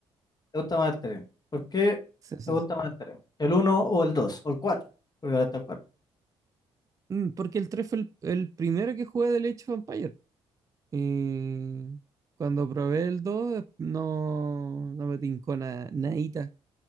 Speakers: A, on the left; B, on the right.
A: ¿Te gusta más el 3? ¿Por qué
B: Sí, sí,
A: te gusta
B: sí.
A: más el 3? ¿El uno o el 2 ¿O el cuatro, Porque ahora está el 4.
B: Mm, Porque el 3 fue el, el primero que jugué del Age of Empires. Y cuando probé el 2 eh, no, no me tincó nada, nadita.